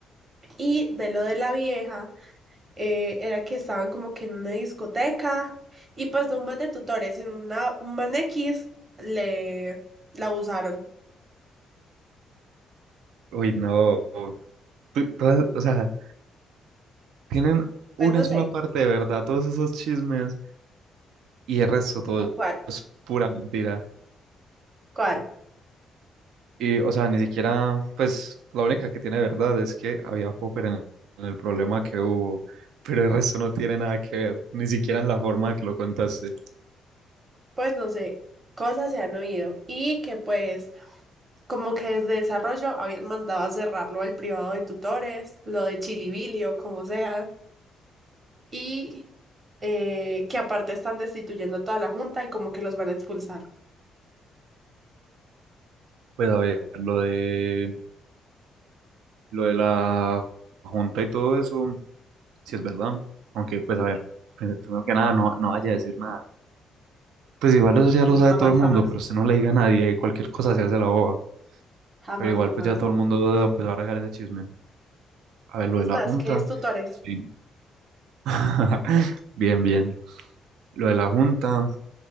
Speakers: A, on the right (about 35°); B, on the right (about 85°).
A: Y de lo de la vieja, eh, era que estaban como que en una discoteca y pues no un man de tutores, sino una, un man X le la abusaron.
B: Uy, no. Tú- todas- o sea, tienen una
A: Pues no
B: sola
A: sé,
B: parte de verdad, todos esos chismes y el resto todo
A: ¿cuál?
B: es pura mentira.
A: ¿Cuál?
B: Y, o sea, ni siquiera, pues, la única que tiene verdad es que había popper en, en el problema que hubo, pero el resto no tiene nada que ver, ni siquiera en la forma que lo contaste.
A: pues no sé, cosas se han oído y que pues como que desde desarrollo habían mandado a cerrarlo al privado de tutores, lo de Chilibili o como sea, y eh, que aparte están destituyendo a toda la junta y como que los van a expulsar.
B: Pues a ver, lo de lo de la junta y todo eso, si es verdad. Aunque, pues a ver, pri- primero que nada, no, no vaya a decir nada. Pues igual eso
A: No,
B: ya lo sabe
A: jamás,
B: todo el mundo,
A: jamás,
B: pero usted no le diga a nadie, y cualquier cosa se hace la boba.
A: jamás,
B: Pero igual
A: jamás.
B: pues ya todo el mundo va a empezar a sacar ese chisme. A ver, lo
A: Es
B: de la
A: más,
B: junta,
A: que es tutores,
B: sí. <laughs> Bien, bien. Lo de la junta